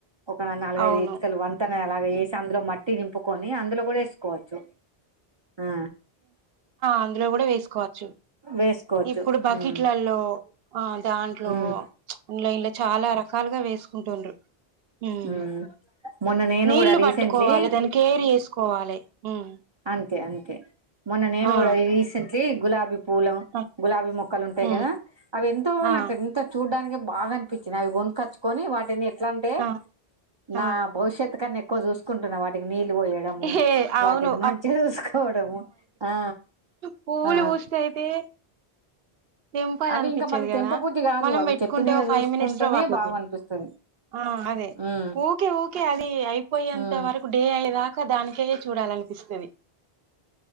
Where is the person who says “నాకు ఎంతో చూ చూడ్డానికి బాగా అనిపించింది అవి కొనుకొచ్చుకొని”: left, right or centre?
Right